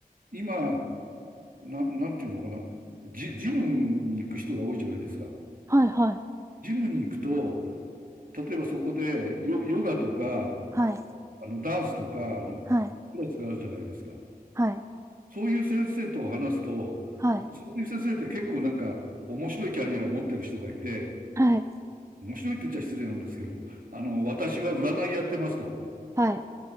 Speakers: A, on the right (about 65°); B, on the right (about 20°).
A: 今、な、なんていうのかな。ジ、ジムに行く人が多いじゃないですか。
B: はいはい。
A: ジムに行くと、例えばそこでヨ、ヨガとか、
B: はい。
A: あの、ダンスとかの
B: はい。
A: クラスがあるじゃないですか。
B: はい。
A: そういう先生と話すと、
B: はい。
A: そういう先生って結構なんか面白いキャリアを持ってる人がいて、
B: はい。
A: 面白いって言っちゃ失礼なんですけど、あの、私は占いやってますと。
B: はい。